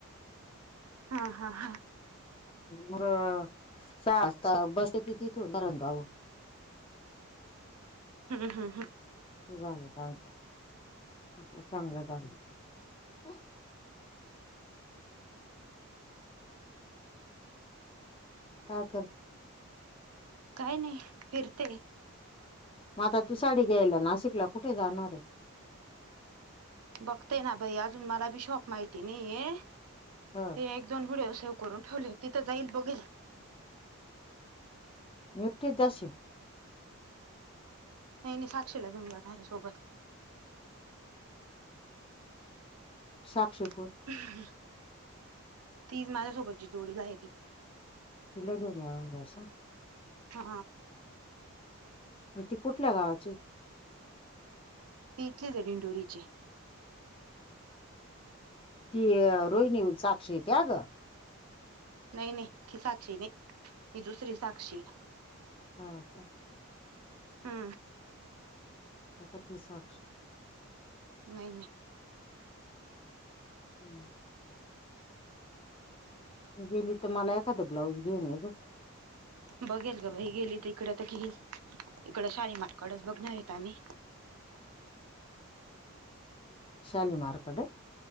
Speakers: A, on the right (about 90°); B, on the left (about 25°).
A: हा हा हा
B: मग स असता बस तित उभारून काऊन
A: हा हा हा
B: झालं त्यांच, आपल चांगलं झाल हो काय कर
A: काय नाही फिरतंय
B: मग आता तु साडी घ्यायला नाशिकला कुठे जाणार आहे
A: बघतेय ना माहिती नाहीय
B: ह
A: ते एक दोन व्हिडिओ सेव्ह करून ठेवले ति तिथं जाईल बघील
B: मग् एकटीचं जाशिल
A: नाही नाही साक्षीला घेऊन जाणार आहे सोबतं
B: साक्षी
A: <unintelligible>
B: को
A: ती माझ्यासोबतची जोडीला आहे <unintelligible>
B: तिला घेऊन जाणार आहेस होय
A: हा
B: आणि ती कुठल्या गावाची
A: ती इथलीच आहे डिंडोरीचे
B: ती रोहिणी साक्षी इति या गं
A: नाही नाही ही साक्षी नाही ही दुसरी साक्षी
B: हा हा
A: ह्
B: तंथा पि साक्षी
A: नाही नाही
B: हम्म ह् गेली तर मला एखादं ब्लाऊज घेऊन ये ग
A: बघेल गं बाई गेली तर इकडे तर घेईल इकडं शालीमारकडच बघणार आहे का मी
B: शालिमार कडे